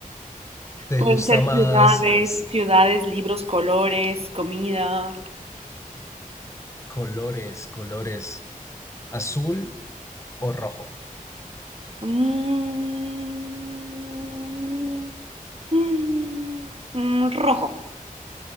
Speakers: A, on the left; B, on the right.
A: ¿Te
B: Pueden
A: gusta
B: ser
A: más
B: ciudades,
A: es,
B: ciudades, libros, colores, comida.
A: colores, colores, azul o rojo?
B: Mm, mm, mm, rojo.